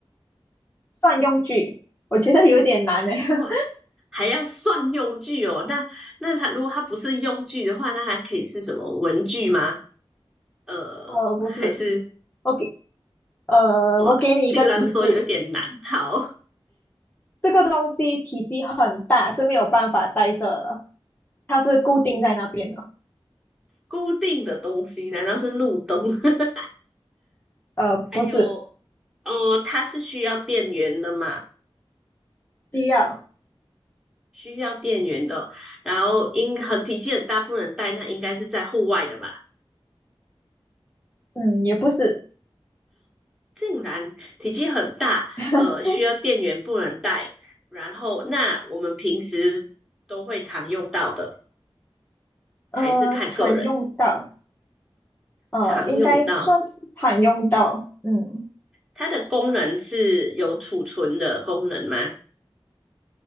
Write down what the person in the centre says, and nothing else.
哇，还要算用具哦。那那它如果它不是用具的话，那还可以是什么文具吗？呃，
还是
哇，
竟然说有点难。好，
以及固定的东西，难道是路灯？<laughs>
还有，
呃，它是需要电源的嘛？
需要电源的哦。然后应很体积很大，不能带，那应该是在户外的吧？
竟然体积很大，
呃，需要电源不能带，然后那我们平时都会常用到的，
还是看个人
常用到。
它的功能是有储存的功能吗？